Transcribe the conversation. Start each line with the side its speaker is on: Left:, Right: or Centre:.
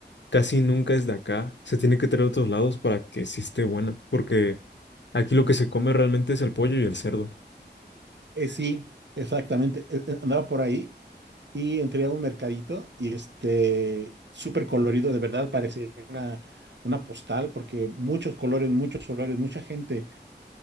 Left: casi nunca es de acá, se tiene que traer de otros lados para que sí esté buena, porque aquí lo que se come realmente es el pollo y el cerdo.
Right: Eh, sí, exactamente. eh, eh, andaba por ahí y entré a un mercadito y este, súper colorido, de verdad, parecía una, una postal porque muchos colores, muchos olores, mucha gente.